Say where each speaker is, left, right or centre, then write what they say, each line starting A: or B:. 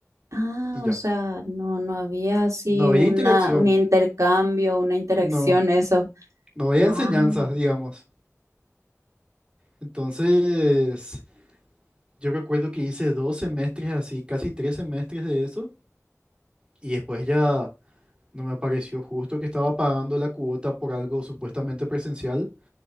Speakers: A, on the right (about 80°); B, on the right (about 20°).
A: Ah,
B: y ya.
A: o sea, no, no había así
B: No había
A: una,
B: interacción,
A: un intercambio, una interacción,
B: no,
A: eso.
B: no había
A: Wow.
B: enseñanza, digamos. Entonces, yo recuerdo que hice dos semestres así, casi tres semestres de eso. Y después ya no me apareció justo que estaba pagando la cuota por algo supuestamente presencial